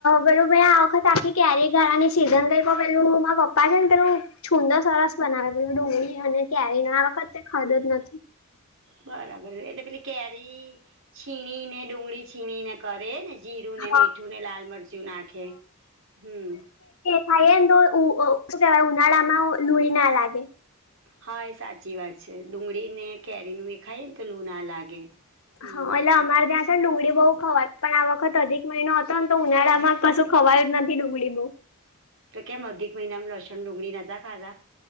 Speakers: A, on the left; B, on the right.
A: પેલું ભાઈ આ વખત આખી કેરી કરવાની સિઝન કઈ પેલું મારા પપ્પા છેને, પેલુ છુંદો સરસ બનાવે પું ડુંગળી અને ક્યારેય આ વખતે ખદ જ નથી.
B: બરાબર એલે પેલી કેરી છીણી ને ડુંગળી છીણીને કરે ને જીરું ને
A: હ
B: મીઠું ને લાલ મરચું નાખે હમ
A: ખાઈ ને તો શું કેવાય ઉનાળામાં લુળ ના લાગે.
B: હા એ સાચી વાત છે, ડુંગળી ને કેરીનું એ ખાય ને તો લું ના લાગે. હમ
A: હા એટે અમારે ત્યા. ડુંગળી બહુ ખવા પણ આ વખત અધિક મહિનો હતો ને તો ઉનાળામાં કશું ખવાય જ નથી ડુંગળી બહુ.
B: તો કેમ અધિક મહિનામાં લસણ ડુંગળી નતા ખાધા